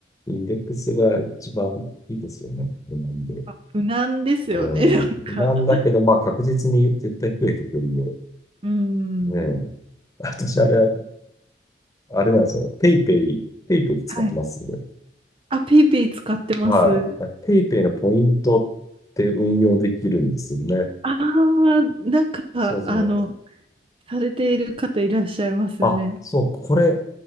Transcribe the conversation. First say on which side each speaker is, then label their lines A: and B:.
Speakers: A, on the left; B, on the right.
A: インデックスが一番いいですよね。不満で。
B: あ、無難ですよね、
A: うん。
B: <laughs>
A: 不満だけど、
B: なんか。
A: まあ確実に絶対増えてくんで。
B: うん。
A: ねえ。私あれは、あれなんですよ。ペイペイ、ペイペイで使ってます。
B: はい。あ、ペイペイ使ってます。
A: はい。ペイペイのポイントって運用できるんですよね。
B: ああ、なんか、
A: そうそう。
B: あの、されている方いらっしゃいますよね。
A: あ、そう、これ